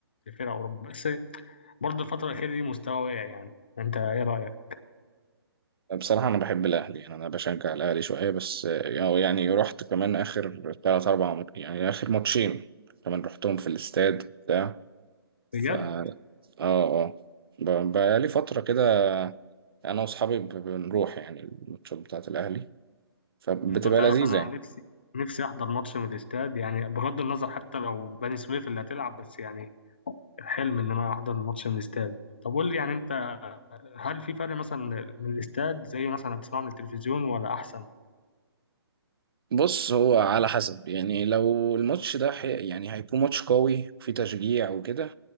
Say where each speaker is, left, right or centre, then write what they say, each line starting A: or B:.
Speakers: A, on the left; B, on the right.
A: لفرق اوروبا بس برضه الفترة الأخيرة دي مستوى واقع يعني انت ايه رأيك
B: بصراحة أنا بحب الأهلي يعني أنا بشجع الأهلي شوية بس آه، يعني رحت كمان آخر تلات أربع مت- يعني آخر ماتشين كمان رحتهم في الاستاد بتاع ف
A: بجد
B: آه آه ب- بقالي فترة كده أنا وأصحابي ب- بنروح يعني الماتشات بتاعة الأهلي فبتبقى
A: انت تعرف
B: لذيذة
A: انا
B: يعني
A: نفسي نفسي احضر ماتش من الاستاد يعني بغض النظر حتى لو بني سويف اللي هتلعب بس يعني حلم ان انا احضر ماتش من الاستاد طب قول لي يعني انت هل في فرق مثلا من الاستاد زي مثلا بتسمعه من التلفزيون ولا احسن
B: بص هو على حسب يعني لو الماتش ده حي... يعني هيكون ماتش قوي وفيه تشجيع وكده